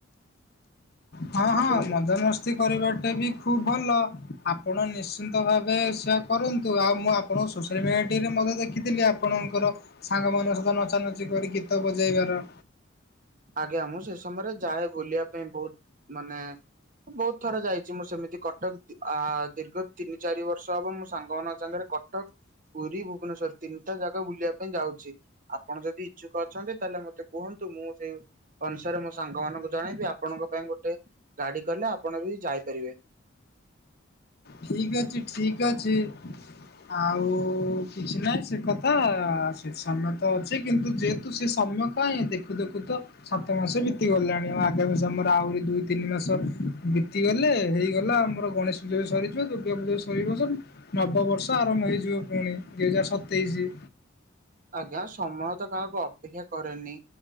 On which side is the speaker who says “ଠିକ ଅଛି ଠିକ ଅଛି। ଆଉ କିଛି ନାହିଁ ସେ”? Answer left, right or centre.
Left